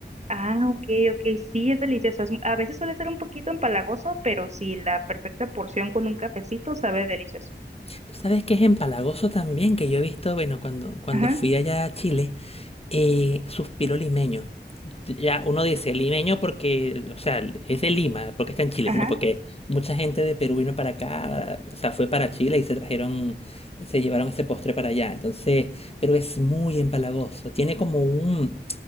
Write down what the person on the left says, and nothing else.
Tú sabes que es empalagoso también, que yo he visto, bueno, cuando, cuando
fui allá a Chile, eh, suspiro limeño. Ya uno dice limeño porque, o sea, es de Lima, porque está en Chile,
no, porque mucha gente de Perú vino para acá, o sea, fue para Chile y se trajeron, se llevaron ese postre para allá. Entonces, pero es muy empalagoso. Tiene como un,